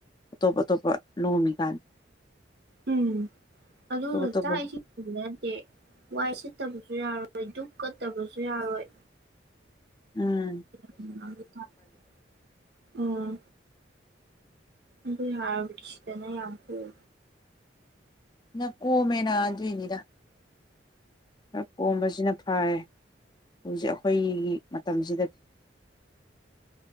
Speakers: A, on the left (about 20°); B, on the right (about 60°).
A: ꯑꯇꯣꯞ ꯑꯇꯣꯞꯄ ꯅꯣꯝꯃꯤ ꯀꯥꯥꯟ
B: ꯎꯝ ꯑꯗꯨꯗꯣ
A: ꯑꯇꯣꯞ ꯑꯇꯣꯞꯄ
B: ꯆꯥꯛ ꯏꯁꯤꯡ <unintelligible> ꯅꯠꯇꯦ ꯋꯥꯏ ꯁꯤꯠꯇꯥꯕꯖꯨ ꯌꯥꯔꯣꯏ ꯗꯨꯛ ꯀꯠꯇꯥꯕꯖꯨ ꯌꯥꯔꯣꯏ
A: ꯑꯥ
B: <unintelligible> ꯎꯝ ꯑꯗꯨꯏ ꯍꯥꯏꯔꯕꯨꯗꯤ ꯁꯤꯗꯅ ꯌꯥꯝ ꯀꯣꯝ
A: ꯅ ꯀꯣꯝꯃꯦꯅ ꯑꯗꯨꯏꯅꯤꯗ ꯈꯔ ꯀꯣꯝꯕꯁꯤꯅ ꯐꯔꯦ ꯍꯧꯖꯤꯛ ꯑꯩꯈꯣꯏꯒꯤ ꯃꯇꯝꯁꯤꯗꯗꯤ